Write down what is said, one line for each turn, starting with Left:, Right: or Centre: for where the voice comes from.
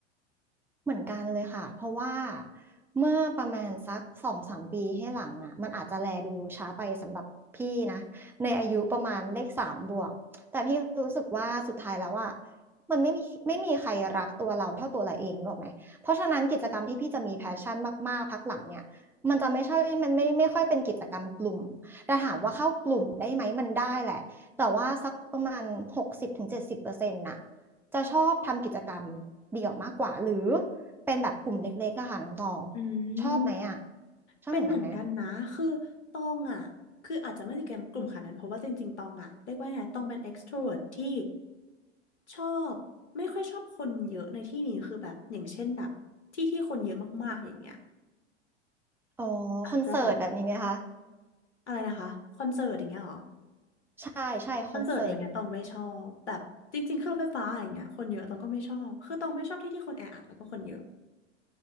Centre: เหมือนกันเลยค่ะเพราะว่าเมื่อประมาณสักสองสามปีให้หลังอ่ะมันอาจจะแลดูช้าไปสำหรับพี่นะในอายุประมาณเลขสามบวกแต่พี่รู้สึกว่าสุดท้ายแล้วอ่ะมันไม่มีไม่มีใครรักตัวเราเท่าตัวเราเองหรอกไหมเพราะฉะนั้นกิจกรรมที่พี่จะมีแพชชั่นมากๆพักหลังเนี่ยมันจะไม่ใช่มันไม่ไม่ค่อยเป็นกิจกรรมกลุ่มแต่ถามว่าเข้ากลุ่มได้ไหมมันได้แหละแต่ว่าสักประมาณหกสิบถึงเจ็ดสิบเปอร์เซ็นต์น่ะ จะชอบทำกิจกรรมเดี่ยวมากกว่าหรือเป็นแบบกลุ่มเล็กๆอะค่ะน้องตอง
Left: อืม
Centre: ชอบไหมอะชอบเหมือนกันไหม
Left: เป็นเหมือนกันนะคือตองอ่ะคืออาจจะไม่ได้เกมกลุ่มขนาดนั้นเพราะว่าจริงๆตองอ่ะเรียกว่าไงตองเป็นเอ็กซ์โทรเวิร์ t ที่ชอบไม่ค่อยชอบคนเยอะในที่นี้คือแบบอย่างเช่นแบบที่ที่คนเยอะมากๆอย่างเงี้ย
Centre: อ๋อคอนเสิร์ตแบบนี้ไหมคะ
Left: อาจจะแบบอะไรนะคะคอนเสิร์ตอย่างเงี้ยเหรอ
Centre: ใช่ใช่คอนเสิร์ต
Left: คอนเสิร์ตอย่างเงี้ยตองไม่ชอบแบบจริงๆเครื่องไฟฟ้าอย่างเงี้ยคนเยอะตองก็ไม่ชอบคือตองไม่ชอบที่ที่คนแออัดแล้วก็คนเยอะ